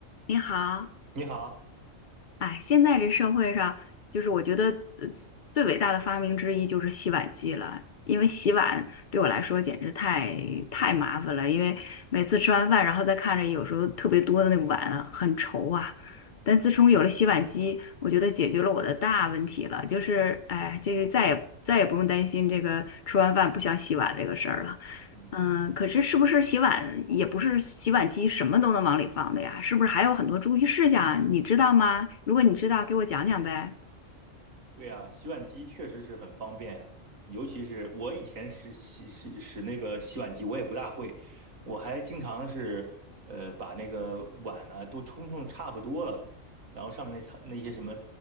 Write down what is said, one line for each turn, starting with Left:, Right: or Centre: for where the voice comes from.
Left: 你好，
Right: 你好，
Left: 哎，现在这社会上，就是我觉得呃最伟大的发明之一就是洗碗机了，因为洗碗对我来说简直太太麻烦了，因为每次吃完饭，然后再看着有时候特别多的那个碗啊很愁啊。但自从有了洗碗机，我觉得解决了我的大问题了，就是哎，这个再也再也不用担心这个吃完饭不想洗碗这个事儿了。
Right: 嗯，
Left: 嗯，可是是不是洗碗也不是洗碗机什么都能往里放的呀？是不是还有很多注意事项啊你知道吗？如果你知道，给我讲讲呗。
Right: 对啊，洗碗机确实是很方便，尤其是我以前使洗洗使那个洗碗机，我也不大会，我还经常是呃把那个碗呢、都冲冲差不多了，然后上面那层那些什么